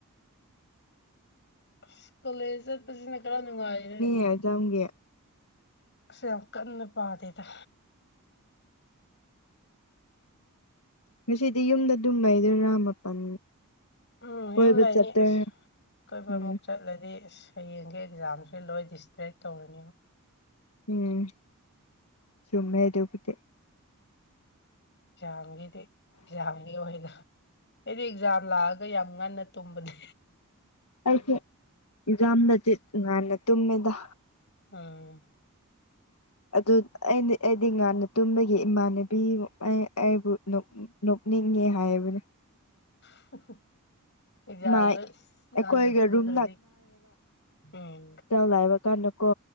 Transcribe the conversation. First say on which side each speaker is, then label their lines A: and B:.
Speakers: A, on the left; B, on the left.
A: ꯑ ꯀꯣꯂꯦꯖ ꯆꯠꯄꯁꯤꯅ ꯈꯔ ꯅꯨꯡꯉꯥꯏꯔꯦ
B: ꯑꯦꯛꯖꯝꯒꯤ
A: ꯑꯁ ꯌꯥꯝ ꯀꯟꯅ ꯄꯥꯗꯦꯗ
B: ꯉꯁꯤꯗꯤ ꯌꯨꯝꯗ ꯑꯗꯨꯝ ꯂꯩꯗꯔꯥ ꯃꯥꯄꯜ
A: ꯎꯝ
B: ꯀꯣꯏꯕ
A: ꯌꯨꯝ ꯂꯩꯅꯤ
B: ꯆꯠꯇꯣꯏꯔ
A: ꯑꯁ ꯀꯣꯏꯕ
B: ꯎꯝ
A: ꯑꯃꯨꯛ ꯆꯠꯂꯗꯤ ꯑꯁ ꯍꯌꯦꯡꯒꯤ ꯑꯦꯛꯖꯥꯝꯁꯤ ꯂꯣꯏ ꯗꯤꯁꯇ꯭ꯔꯦꯛ ꯇꯧꯔꯅꯦꯕ
B: ꯎꯝ ꯆꯨꯝꯃꯦ ꯑꯗꯨꯕꯨꯗꯤ
A: ꯑꯦꯛꯖꯥꯝꯒꯤꯗꯤ ꯑꯦꯛꯖꯥꯝꯒꯤ ꯑꯣꯏꯗ ꯑꯩꯗꯤ ꯑꯦꯛꯖꯥꯝ ꯂꯥꯛꯑꯒ ꯌꯥꯝ ꯉꯟꯅ ꯇꯨꯝꯕꯅꯦ
B: ꯑꯩꯁꯦ ꯑꯦꯛꯖꯥꯝꯗꯗꯤ ꯉꯥꯟꯅ ꯇꯨꯝꯃꯦꯗ
A: ꯑꯥ
B: ꯑꯗꯨ ꯑꯩꯩꯅ ꯑꯩꯗꯤ ꯉꯥꯟꯅ ꯇꯨꯝꯒꯤ ꯏꯃꯥꯟꯅꯕꯤ ꯑꯩꯕꯨ ꯅꯣꯛꯅꯤꯡꯉꯦ ꯍꯥꯏꯕꯅꯦ
A: <inaudible> ꯑꯦꯛꯖꯥꯝꯗ
B: ꯃꯥꯏ ꯑꯩꯈꯣꯏꯒ
A: ꯉꯟꯅ ꯇꯨꯝꯗ꯭ꯔꯗꯤ
B: ꯔꯨꯝ
A: ꯎꯝ
B: ꯂꯥꯏꯕ ꯀꯥꯟꯗ ꯀꯣ